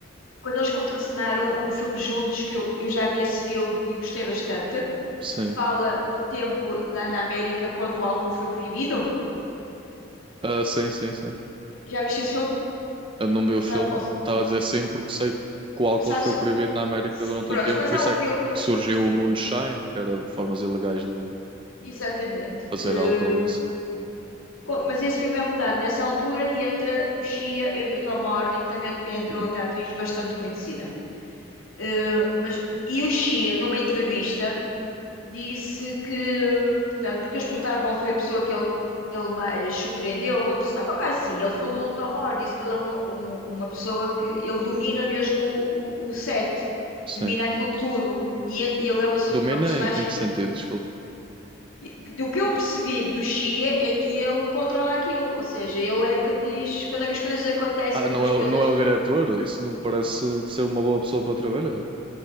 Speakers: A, on the left; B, on the right.
A: quando eles contracenaram num filme juntos, que eu, eu já vi esse filme e gostei bastante,
B: Sim.
A: que fala no tempo da, na América quando o álcool foi proibido.
B: Ah, sim, sim, sim.
A: Já viste esse filme?
B: Eu não vi o
A: Ou
B: filme.
A: sa- ou-
B: Estava a dizer sim porque sei que o álcool
A: sabes,
B: foi proibido na América
A: se-
B: durante
A: prontos,
B: um tempo,
A: mas
B: por
A: há
B: isso
A: um filme
B: é que
A: que é.
B: surgiu
A: Sim,
B: o moonshine, que era de formas ilegais de
A: exatamente.
B: fazer
A: Eh,
B: álcool e assim.
A: co- mas esse filme é rodado nessa altura e entra o Shia, entra a Tom Hardy e também entra
B: Hum,
A: outra atriz bastante conhecida. Eh, mas, e o Shia, numa entrevista. disse que, portanto, porque eles perguntaram qual foi a pessoa que ele, que ele mais surpreendeu ou contrariou, qualquer coisa assim. Ele falou do Tom Moore, disse que ele é uma, um- uma pessoa que ele domina mesmo o, o, o set,
B: Sim.
A: domina aquilo tudo. E en- ele é uma, s-
B: Domina
A: uma personagem.
B: em, em que sentido? Desculpa.
A: e Do que eu percebi do Shia é que ele controla aquilo, ou seja, ele é que diz quando é que as coisas acontecem,
B: Ah,
A: como
B: não
A: as
B: é,
A: coisas
B: o- não é o diretor? Isso não me parece ser uma boa pessoa para trabalhar.